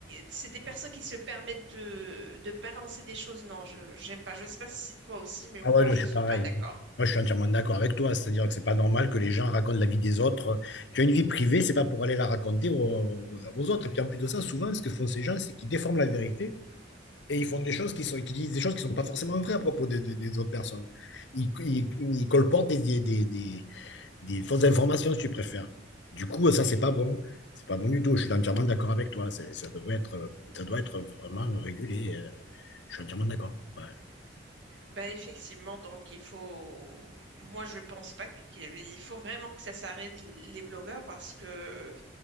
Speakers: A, on the right (about 70°); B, on the left (about 65°).
A: c'est des personnes qui se permettent de, de balancer des choses. Non, je j'aime pas. Je ne sais pas si toi aussi, mais
B: Ah
A: moi,
B: ouais, non,
A: je
B: je suis
A: suis
B: pareil.
A: pas d'accord.
B: hein. Moi, je suis entièrement d'accord avec toi. C'est-à-dire que c'est pas normal que les gens racontent la vie des autres. Tu as une vie privée, c'est pas pour aller la raconter aux, aux autres. Et puis en plus de ça, souvent, ce que font ces gens, c'est qu'ils déforment la vérité. Et ils font des choses qui sont, qui disent des choses qui sont pas forcément vraies à propos de- de- des autres personnes. Ils, ils, ils colportent des, des, des, des, des fausses informations, si tu préfères. Du coup, ça, c'est pas bon. C'est pas bon du tout. Je suis entièrement d'accord avec toi. C'est- Ça devrait être, ça doit être vraiment régulé. Euh, Je suis entièrement d'accord. Ouais.
A: Bah effectivement, donc il faut, moi je pense pas qu'il il faut vraiment que ça s'arrête les blogueurs parce que